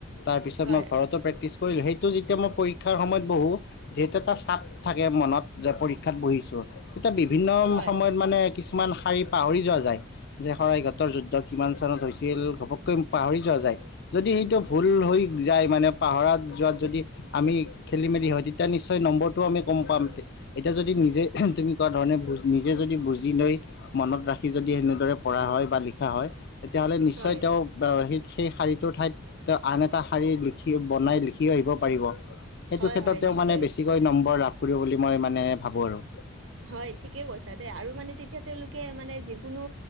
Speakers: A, on the left; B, on the right.
A: তাৰপিছত
B: হয়
A: মই ঘৰতো প্ৰেক্টিছ কৰিলো সেইটো। এতিয়া মই পৰীক্ষাৰ সময়ত বহো যিহেতু এটা চাপ থাকে মনত যে পৰীক্ষাত বহিছো। এতিয়া বিভিন্ন
B: হয়
A: সময়ত মানে কিছুমান শাৰী পাহৰি যোৱা যায় যে শৰাইঘাটৰ যুদ্ধ- কিমান চনত হৈছিল ঘপককৈ পাহৰি যোৱা যায় যদি সেইটো ভুল হৈ যায় মানে পাহৰা যোৱা যদি আমি খেলি মেলি হয় তেতিয়া নিশ্চয় নম্বৰটোও আমি কম পাম এতিয়া যদি নিজে- তুমি কোৱা ধৰণে নিজে যদি বুজি লৈ- মনত ৰাখি যদি সেনেদৰে পঢ়া হয়। বা লিখা হয় তেতিয়াহ'লে নিশ্চয়
B: হয়,
A: তেওঁ- সেই শাৰীটো ঠাইত তেওঁ আন এটা শাৰী লিখি বনাই লিখি আহিব পাৰিব- সেইটো
B: হয়,
A: ক্ষেত্ৰত
B: হয়
A: তেওঁ
B: নিশ্চয়।
A: মানে বেছিকৈ নম্বৰ লাভ কৰিব বুলি মই মানে ভাবো আৰু-
B: হয় ঠিকেই কৈছা দেই আৰু মানে তেতিয়া তেওঁলোকে মানে যিকোনো-